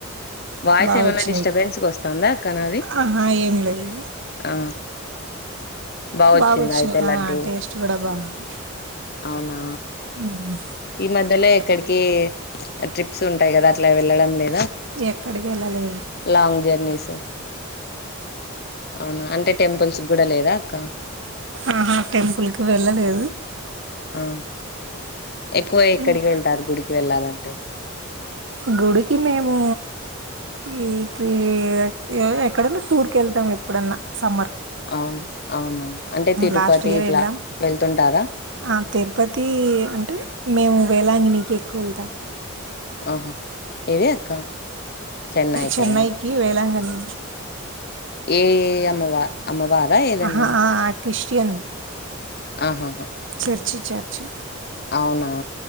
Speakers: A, on the left (about 45°); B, on the right (about 60°).
A: వాయిస్
B: బాగొచ్చినయి.
A: ఏమన్నా డిస్టర్బెన్స్ క వస్తాందా అక్క నాది
B: ఆహా! ఏం లేదు.
A: ఆ, బాగా వచ్చిందా
B: బాగుచ్చినాయి
A: అయితే
B: ఆ
A: లడ్డు
B: టేస్ట్ కూడా బాగుంది,
A: అవునా
B: హ్మ్.
A: ఈ మధ్యలే, ఎక్కడికి ట్రిప్స్ ఉంటాయి కదా అట్లా వెళ్లడం లేదు,
B: ఎక్కడికి వెళ్ళాలి,
A: లాంగ్ జర్నీస్, అవునా అంటే టెంపుల్స్ కూడా లేదా, అక్క
B: ఆహా టెంపుల్ కి వెళ్ళలేదు,
A: ఆ ఎక్కువ ఎక్కడికి
B: ఉమ్.
A: వెళ్తారు గుడికి వెళ్ళాలంటే,
B: గుడికి మేము వీక్లీ ఈ ఎక్కడన్నా టూర్ కు వెళ్తాం ఎక్కడన్నా సమ్మర్,
A: అవును అవునా అంటే తిరుపతి
B: లాస్ట్ ఇయర్
A: ఇట్లా
B: వెళ్ళాం
A: వెళ్తుంటారా
B: ఆ తిరుపతి అంటే మేము, వేలా అంగ్ణీకి ఎక్కువ వెళ్తాం,
A: ఆహా ఏది అక్క చెన్నై
B: చెన్నైకి
A: కా
B: వేలాంగణి
A: ఏ అమ్మవ అమ్మవారా ఏదన్నా,
B: ఆహా ఆ, క్రిస్టియన్
A: ఆహా హా
B: చర్చి చర్చి
A: అవునా